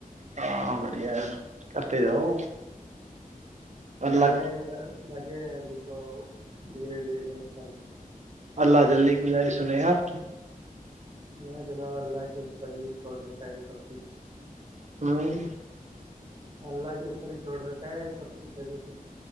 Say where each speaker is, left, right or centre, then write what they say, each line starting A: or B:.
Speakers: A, on the right; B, on the right.
A: ہاں بڑیا ہے کرھرتے جاؤ اللہ
B: کر رہے ل گے ابھی تو دھیرے دھیرے کرتے ہیں
A: اللہ جلدی گزاری سن ہیں آپ کی
B: یہ جلا و ل کے اوپر ہی چھوڑ رکھا ہے سب کچھ
A: ہاں
B: اللہ کے اوپر ہی چھوڑ رکھا ہے سب کچھ ابھی تو